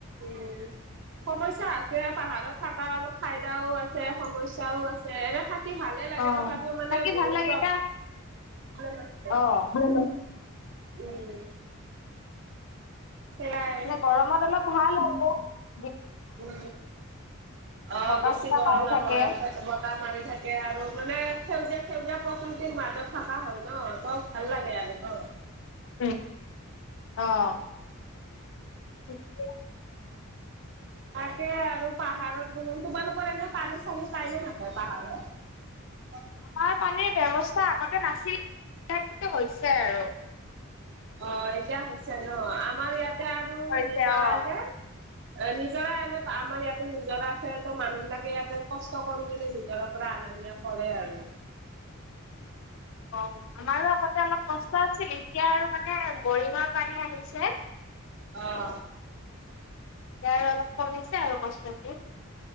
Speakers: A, on the right (about 55°); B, on the left (about 60°).
A: উম। সমস্যা আছে পাহাৰত থকা অলপ ফাইদাও আছে সমস্যয়াও আছে এনে থ থাকি ভালে লাগে
B: অ অ
A: তথাপি মানে
B: থাকি
A: বহুতো।
B: ভাল লাগে এতিয়া
A: প্ৰব্লেম আছে
B: অ মানে
A: উম। নাই।
B: গৰমত অলপ ভাল হ'
A: উম অ
B: বতাহ
A: বেছি
B: চতাহ
A: গৰম
B: মাৰি থাকে
A: হয় ত বতাহ মাৰি থাকে। থাকে আৰু মানে সেউজীয়া সেউজীয়া প্ৰকৃতিৰ মাজত থকা হয় ন ত ভাল লাগে আৰু ন
B: উম অহ থিকে।
A: তাকে আৰু পাহাৰত বহু তোমালোকৰ এনে পানী চানী পাইনে নাপায় পাহাৰত <unintelligible>
B: আমাৰ পানীৰ ব্যৱস্থা আগতে নাছিল কিন্তু হৈছে আৰু
A: অহ এতিয়া হৈছে ন আমাৰ ইয়াতে আৰু
B: হৈছে
A: নিজৰা
B: অ
A: যে এ নিজৰা এনে আমাৰ ইয়াতে নিজৰা আছে তো মানুহ বিলাকে ইয়াতে কষ্ট কৰি নিজৰা পৰা আনে। ধুনীয়া কৰে আৰু
B: অ আমাৰো আগতে অলপ কষ্ট আছিল এতিয়া আৰু মানে গৌৰিঙৰ পানী আহি ছে।
A: অহ।
B: ই অলপ কমিছে আৰু কষ্টতো।